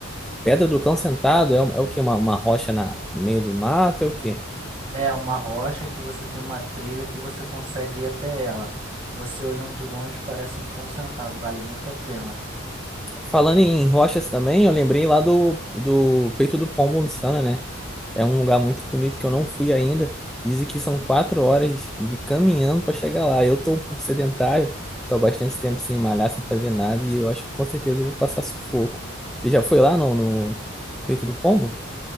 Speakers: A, in the centre; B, on the right.
A: Pedra do Cão Sentado é, um- é o quê? Uma, uma rocha na, no meio do mato? É o quê?
B: É uma rocha que você tem uma trilha que você consegue ir até ela. Você olhando de longe parece um cão sentado, vale muito a pena.
A: Falando em rochas também, eu lembrei lá do, do Peito do Pombo no Sana, né? É um lugar muito bonito que eu não fui ainda. Dizem que são quatro horas de caminhando para chegar lá. Eu tô um pouco sedentário, tô há bastante tempo sem malhar, sem fazer nada, e eu acho que com certeza eu vou passar sufoco. Você já foi lá, não, no Peito do Pombo?